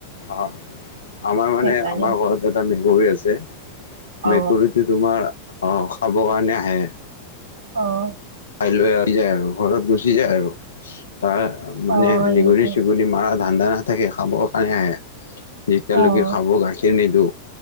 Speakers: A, on the left; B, on the right.
A: অ আমাৰ মানে
B: সেইকাৰণে
A: আমাৰ ঘৰত এটা মেকুৰী আছে।
B: অ
A: মেকুৰীত তোমাৰ অ খাব কাৰণে আহে।
B: অঁ,
A: খাই লৈ আহি যায় আৰু ঘৰত গুচি যায় আৰু তাৰ মানে
B: অ হয়
A: নিগৰি,
B: নেকি
A: চিগৰি, দি মাৰা ধান্দা নাথাকে, খাবৰ কাৰণে আহে যেতিয়ালৈকে
B: অ
A: খাব গাখীৰ নিদো